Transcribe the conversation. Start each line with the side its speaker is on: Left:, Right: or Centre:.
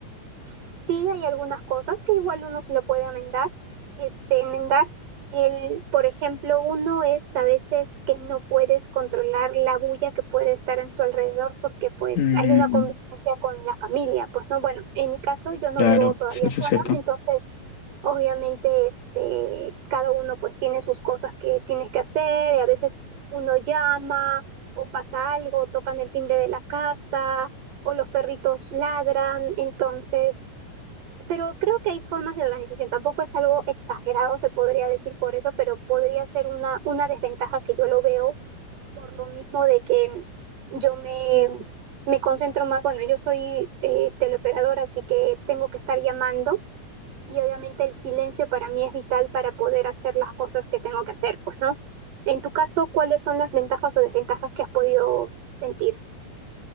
Right: Sí hay algunas cosas que igual uno se lo puede amendar, este, enmendar. El, por ejemplo, uno es a veces que no puedes controlar la bulla que puede estar en tu alrededor porque pues
Left: Mm,
Right: hay una convivencia con la familia. Pues no, bueno, en mi caso yo no
Left: claro,
Right: vivo todavía
Left: sí, eso
Right: sola,
Left: es cierto.
Right: entonces obviamente este, cada uno pues tiene sus cosas que tienes que hacer, y a veces uno llama o pasa algo, tocan el timbre de la casa o los perritos ladran, entonces, pero creo que hay formas de organización, tampoco es algo exagerado, se podría decir por eso, pero podría ser una, una desventaja que yo lo veo por lo mismo de que yo me, me concentro más, bueno, yo soy eh, teleoperadora, así que tengo que estar llamando y obviamente el silencio para mí es vital para poder hacer las cosas que tengo que hacer, pues, ¿no? En tu caso, ¿cuáles son las ventajas o desventajas que has podido sentir?